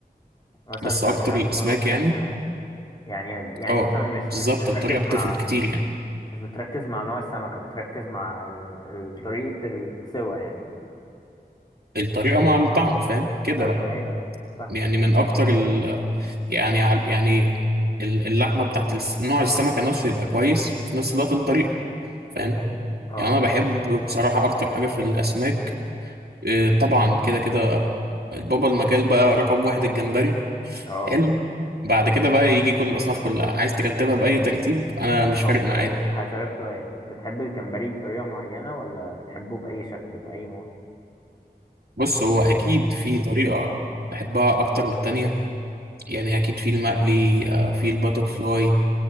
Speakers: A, on the left (about 25°); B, on the right (about 70°).
A: مثلا
B: بس
A: تعملها
B: اكتر
A: بطرق
B: الاسماك يعني
A: تانية أحسن يعني يعني
B: اه
A: مثلا مش مش
B: بالظبط
A: بتركز
B: الطريقه
A: مع
B: بتفرق كتير يعني
A: مش بتركز مع نوع السمكة بتركز مع ال- ال- طريقة السوى يعني
B: الطريقه مع الطعم فاهم كده
A: أيوه
B: بقى
A: أيوه أيوه فاهم
B: يعني من اكتر ال... يعني عل- يعني ال- اللحمه بتاعت الس- نوع السمكه نفسه يبقى كويس في نفس الوقت الطريقه فاهم
A: طيب. اه
B: يعني انا بحب بصراحه اكتر حاجه في الاسماك آه، طبعا كده كده بابا المجال بقى رقم واحد الجمبري
A: اه
B: حلو بعد
A: طبعا
B: كده بقى يجي كل الاصناف كلها عايز ترتبها باي ترتيب انا مش
A: طب
B: فارق معايا
A: آه، هسألك سؤال بتحب الجمبري بطريقة معينة ولا بتحبه بأي شكل بأي نوع؟
B: بص هو اكيد في طريقه بحبها اكتر من التانية يعني اكيد في المقلي آه، في الباتر فلاي